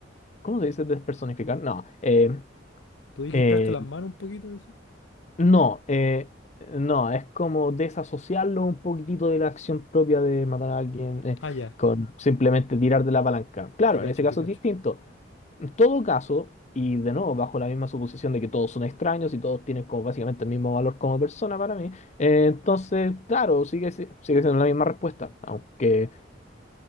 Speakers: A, on the left (about 35°); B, on the left (about 85°).
A: ¿Cómo se dice despersonificar? No. em,
B: ¿Podéis limpiarte
A: Eh,
B: las manos un poquito? Dice?
A: no, eh, no, es como desasociarlo un poquitito de la acción propia de matar a alguien eh,
B: Ah, ya,
A: con simplemente tirar de la palanca. Claro,
B: te cacho,
A: en ese caso
B: te cacho.
A: es distinto. En todo caso, y de nuevo, bajo la misma suposición de que todos son extraños y todos tienen como básicamente el mismo valor como persona para mí, eh, entonces, claro, sigue, si- sigue siendo la misma respuesta, aunque